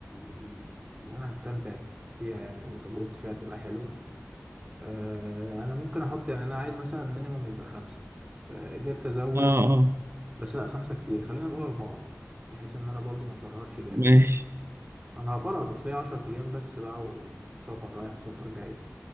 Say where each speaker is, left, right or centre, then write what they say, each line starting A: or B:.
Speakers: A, on the right; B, on the right.
A: ال- اللي أنا هستمتع فيها يعني وتجربتي فيها تبقى حلوة آه، أنا ممكن أحط يعني أنا عايز مثلا مينيموم يبقى خمسة آه، قدرت أزود
B: اه اه
A: بس لأ خمسة كتير خلينا نقول أربعة بحيث إن أنا برضو ما أفرهدش جامد
B: ماشي
A: أنا هفرهد أصل هي عشر أيام بس بقى وسفر رايح وسفر جاي